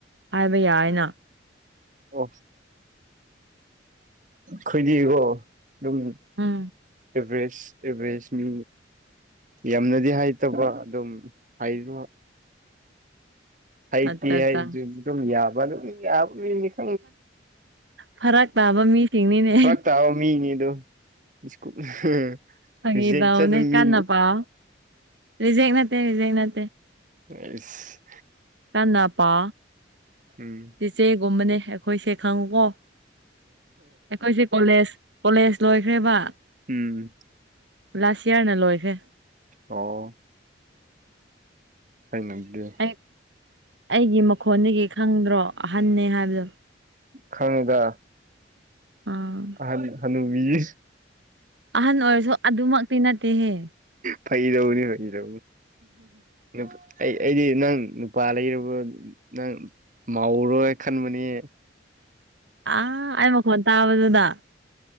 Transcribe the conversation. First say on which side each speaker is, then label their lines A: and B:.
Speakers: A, on the right (about 70°); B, on the right (about 45°).
A: ꯍꯥꯏꯕ ꯌꯥꯏꯅ
B: ꯑꯣ ꯈꯣꯏꯗꯤꯀꯣ ꯑꯗꯨꯝ
A: ꯎꯝ
B: ꯑꯦꯚꯔꯦꯁ ꯑꯦꯚꯔꯦꯖ ꯃꯤ ꯌꯥꯝꯅꯗꯤ ꯍꯏꯇꯥꯕ ꯑꯗꯨꯝ ꯍꯏꯕ ꯍꯩꯇꯦ
A: ꯑꯠꯆꯥ ꯑꯠꯆꯥ
B: ꯑꯩꯁꯨ ꯑꯗꯨꯝ ꯌꯥꯕ ꯑꯗꯨ <unintelligible>
A: ꯐꯔꯛ ꯇꯥꯕ ꯃꯤꯁꯤꯡꯅꯤꯅꯦ
B: ꯐꯔꯛ ꯇꯥꯕ ꯃꯤꯅꯤꯗꯣ ꯁꯀꯨ ꯍꯍ
A: ꯐꯥꯒꯤ
B: ꯔꯤꯖꯦꯛ
A: ꯇꯧꯕꯅꯦ
B: ꯆꯠꯄ ꯃꯤ
A: ꯀꯟꯅ ꯄꯥꯎ ꯔꯤꯖꯦꯛ ꯅꯠꯇꯦ ꯔꯤꯖꯦꯛ ꯅꯠꯇꯦ
B: ꯑꯁ
A: ꯀꯥꯟ ꯄ
B: ꯎꯝ
A: ꯏꯆꯦꯒꯨꯝꯕꯅꯦ ꯑꯩꯈꯣꯏꯁꯦ ꯈꯪꯉꯨꯀꯣ ꯑꯩꯈꯣꯏꯁꯦ ꯀꯣꯂꯦꯖ ꯀꯣꯂꯦꯖ ꯂꯣꯏꯈ꯭ꯔꯦꯕ
B: ꯎꯝ
A: ꯂꯥꯁ ꯏꯌꯥꯔꯅ ꯂꯣꯏꯈꯦ
B: ꯑꯣ ꯅꯪ ꯅꯪꯒꯤ
A: ꯑꯩ ꯑꯩꯒꯤ ꯃꯈꯣꯟꯗꯒꯤ ꯈꯪꯗ꯭ꯔꯣ ꯑꯍꯟꯅꯦ ꯍꯥꯏꯕꯗꯣ
B: ꯈꯪꯡꯉꯤꯗ
A: ꯑꯥ
B: ꯑꯍꯟꯅꯦ ꯍꯅꯨꯕꯤꯒꯤ
A: ꯑꯍꯥꯟ ꯑꯣꯏꯔꯁꯨ ꯑꯗꯨꯃꯛꯇꯤ ꯅꯠꯇꯦꯍꯦ
B: ꯐꯥꯒꯤ ꯇꯧꯕꯅꯤꯗꯥ <unintelligible> ꯑꯩ ꯑꯩꯗꯤ ꯅꯪ ꯅꯨꯄꯥ ꯂꯩꯔꯕ ꯅꯪ ꯃꯥꯎꯔꯣꯏ ꯈꯟꯕꯅꯤ
A: ꯑꯥ ꯑꯩ ꯃꯈꯣꯟ ꯇꯥꯕꯗꯨꯗ